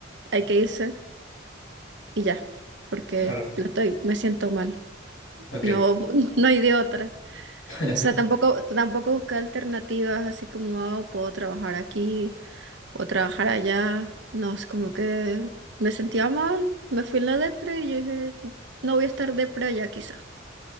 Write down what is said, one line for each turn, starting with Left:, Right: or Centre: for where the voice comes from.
Right: hay que irse y ya, porque
Left: claro.
Right: la estoy, me siento mal.
Left: Ok.
Right: No, <laughs> no hay de otra.
Left: <laughs>
Right: O sea, tampoco, tampoco busqué alternativas así como, "Ah, puedo trabajar aquí. o trabajar allá. No, es como que me sentía mal, me fui en la depre y yo dije, no voy a estar depre allá quizá,